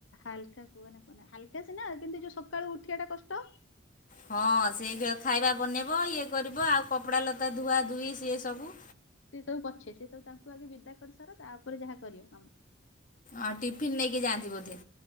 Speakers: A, on the left; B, on the left.
A: ହାଲକା କୁହନା କୁହନା ହାଲକା ସିନା କିନ୍ତୁ ଯୋଉ ସକାଳୁ ଉଠିବା ଟା କଷ୍ଟ।
B: ହଁ ସେଇ <unintelligible> ଖାଇବା ବନେଇବ। ଇଏ କରିବ ଆଉ କପଡା ଲତା ଧୁଆ ଧୁଇ ସିଏ ସବୁ।
A: ସିଏ ସବୁ ପଛେ। ସିଏ ସବୁ ତାଙ୍କୁ ଆଗେ ବିଦା କରିସାର ତାପରେ ଯାହା କରିବ କାମ।
B: ଆଁ, ଟିଫିିନ ନେଇକି ଯାଆନ୍ତି ବୋଧେ?